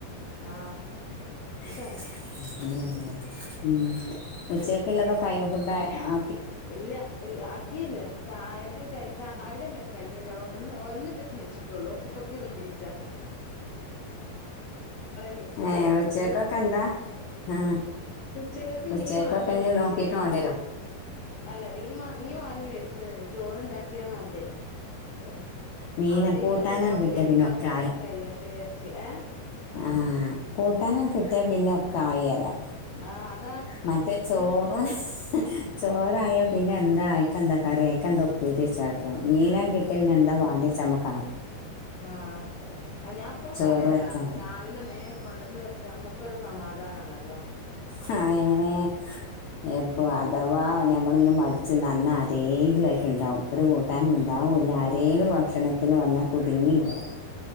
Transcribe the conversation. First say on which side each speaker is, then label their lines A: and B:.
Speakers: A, on the left (about 45°); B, on the left (about 85°).
A: ആ അത്
B: <unintelligible> ഉം ഉച്ചക്കുള്ളത കൈ ഫുഡായ ആ
A: ഇല്ല ആക്കിയില്ല ചായ കുടി കയ് ചായ കുടിന്നെ കഴിഞ്ഞില്ലോ ഒന്ന് ഒന്നിട്ട് നീച്ചിട്ടുള്ളൂ ഇനിയുണ്ട് നീയിച്ചാന്. നീച്ചിട്ടുള്ളൂ
B: ഏ ഉച്ചക്കൊക്കെ
A: കുട്ടി
B: എന്താ ആ
A: ഉച്ചകക്ക്
B: ഉച്ചക്കൊക്കെ
A: മീൻ വാങ്ങി
B: ഇനി
A: വെച്ചീണ്
B: നോക്കിട്ട് വാണ്ടി വരും.
A: അല്ല മീൻ വാ മീ വാങ്ങി വെച്ചണ്, നി ചോ ചോറ്ണ്ടാക്കിയാൽ മതി. അപ്പം
B: മീന്
A: അത്
B: കൂട്ടാനാണ്
A: ഇങ്ങനത്തെ തൊടക്കലും
B: കിട്ടിയ പിന്നെ
A: ണ്ടാക്കലൊക്കെയങ്ങട്
B: ഒക്കെ
A: കയ്യട്ടെ വിചാരിച് ച്ച് എ
B: ആ കൂട്ടാനും കിട്ടിയാ പിന്നെ ഒക്കെ ആയി പറയാ.
A: ആ അത്
B: മറ്റേ ചോറ് ചോറ് ആയ പ് പിന്നെ എന്തായി ക്ക എന്താ കറി ക്ക എന്താ ഉപ്പേരി വെച്ച <unintelligible> ആ മീനാ കിട്ടിയ പിന്നെ എന്താ വാണ്ടിയെ ചമക്കാ
A: ആ ആ ഞാൻ അപ്പള്
B: ചോറ്
A: പറയല
B: വെച്ചാണ്ട്
A: രാവില മേ കൊണ്ടുവന്ന് വെച് നമ്മക്കൊരു സമാധാനാണല്ലോ.
B: ഹാ <unintelligible> എപ്പോ അഥവാ ഞമ്മളിന്ന് മടിച്ച് നിന്നാല് ആരേങ്കിലൊക്കെ ഇണ്ടാവും, ഒരു കൂട്ടാനും ഉണ്ടാവുംല്ല അരെേങ്കിലും ഭക്ഷണത്തിന് വന്നാ കുടുങ്ങി പോവും.